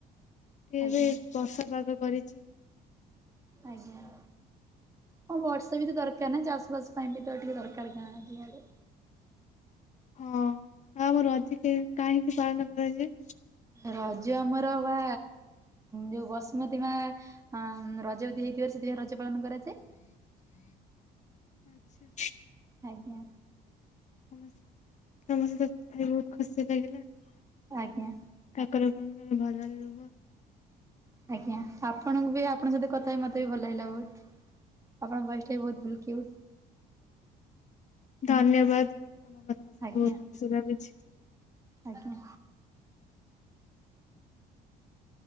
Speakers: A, on the left; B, on the right.
A: ଏବେ
B: ଆଜ୍ଞା
A: ବର୍ଷା ପାଗ କରିଚି।
B: ଆଜ୍ଞା। ଓଁ ବର୍ଷା ବି ତ ଦରକାର ନା ଚାଷ ବାସ ପାଇଁ କେତେବେଳେ ଟିକେ ଦରକାର ଗାଁ ବି ଏଇ ଆଡ଼େ।
A: <inaudible> ହଁ ଆଉ ଆମ ରଜ ଅଧିକ କାହିଁକି ପାଳନ କରାଯାଏ?
B: ରଜ ଆମର ବା ଯୋଉ ବସୁମତୀ ମା ଆ ରଜ ଯଦି ହେଇଥିବ ସେଥିପାଇ। ପାଳନ କରା
A: ଆ୍ଛା
B: ଆଜ୍ଞା
A: ସମ ତମ ସହିତ କଥା ହ ବହୁତ ଖୁସି ଲାଗିଲା ଆଉ
B: ଆଜ୍ଞା
A: କଣ ଭଲ
B: ଆଜ୍ଞା ଆପଣଙ୍କୁ ବି ଆପଣଙ୍କ ସତ କଥା ମତେ ବି ଭଲ ଲାଗିଲା ବହୁତ ଆପଣଙ୍କ ବସ ବି ବହୁଲଉ
A: ଧନ୍ୟବାଦ ତମ କଥା ଶୁଣି
B: ଆଜ୍ଞା।
A: ବହୁତ ଖୁସି ଭାବୁଛି
B: ଆଜ୍ଞା